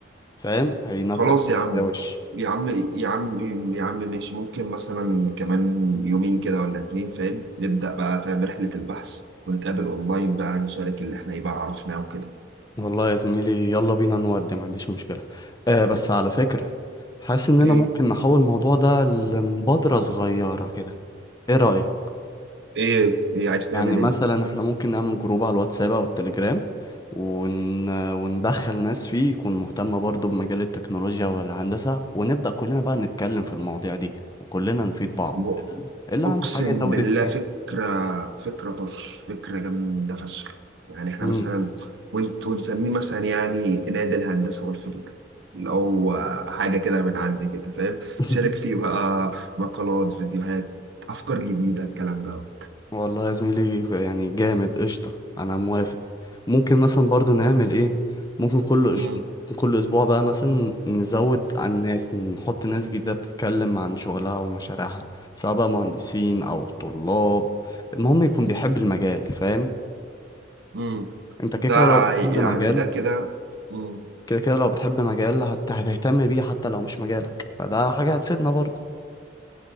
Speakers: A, on the left; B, on the right.
A: فاهم هينفذ
B: خلاص يا عم
A: يا وش
B: يا عم يا عم يا عم ماشي ممكن مثلا كمان يومين كده ولا اتنين فاهم نبدأ بقى فاهم رحلة البحث ونتقابل اونلاين بقى نشارك اللي احنا يبقى عرفناه وكده
A: والله يا زميلي يلا بينا نودي ما عنديش مشكله آه بس على فكره حاسس اننا
B: ايه
A: ممكن نحول الموضوع ده لمبادره صغيره كده ايه رايك
B: ايه ايه عايز تعمل
A: يعني مثلا احنا ممكن نعمل جروب على الواتساب او التليجرام ون... وندخل ناس فيه يكون مهتمة برضو بمجال التكنولوجيا والهندسة ونبدأ كلنا بقى نتكلم في المواضيع دي وكلنا نفيد بعض
B: ايه
A: اللي
B: اقسم
A: عنده حاجة يزود
B: بالله
A: التاني
B: فكره فكره طرش فكره جامده فشخ يعني احنا
A: مم.
B: مثلا ونت ونسميه مثلا يعني نادي الهندسه والفنون اللي هو حاجه كده من عندي كده فاهم
A: <laughs>
B: شارك فيه بقى مقالات فيديوهات افكار جديده الكلام ده
A: والله يا زميلي يعني جامد قشطة أنا موافق ممكن مثلا برضو نعمل إيه ممكن كل أش...
B: امم
A: ممكن كل أسبوع بقى مثلا نزود عن الناس نحط ناس جديدة بتتكلم عن شغلها ومشاريعها سواء بقى مهندسين أو طلاب المهم يكون بيحب المجال فاهم
B: امم
A: أنت كده كده
B: ده
A: لو بتحب
B: يعني
A: مجال
B: ده كده امم
A: كده كده لو بتحب مجال هت... هتهتم بيه حتى لو مش مجالك فده حاجة هتفيدنا برضو